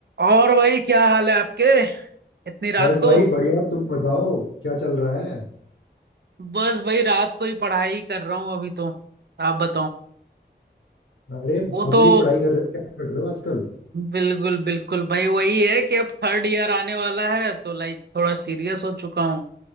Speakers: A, on the right (about 65°); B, on the left (about 80°).
A: और भाई क्या हाल है आपके इतनी रात
B: बस
A: को
B: भाई बढ़िया तुम बताओ क्या चल रहा है
A: बस भाई रात को ही पढ़ाई कर रहा हूँ अभी तो आप बताओ
B: अरे
A: वो
B: अभी
A: तो
B: भी पढ़ाई कर रहे हो क्या पढ़ रहे हो आजकल
A: बिल्कुल बिल्कुल भाई वही है कि अब थर्ड ईयर आने वाला है तो लाइक थोड़ा सीरियस हो चुका हूँ